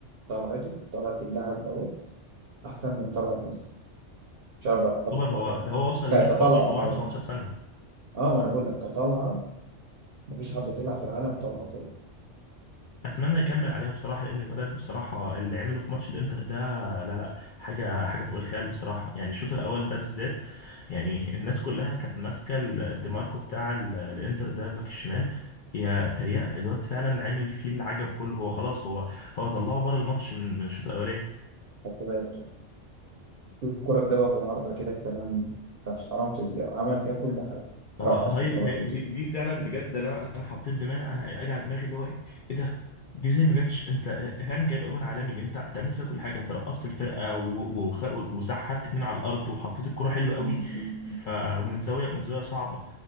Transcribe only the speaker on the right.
طلعته طلعت اللاعب دوت احسن من طلعت ميسي مش عارف هتتفق
ولا
لا
ك-
كطلعه
طبعا
اه ما انا بقول لك كطلعه مفيش حد طلع في العالم طلع زيه
خدت بالك في كرة جابها في العارضة كده كمان كان حرام تضيع عمل فيها كل حاجة
رقص
وشاط
وتكتك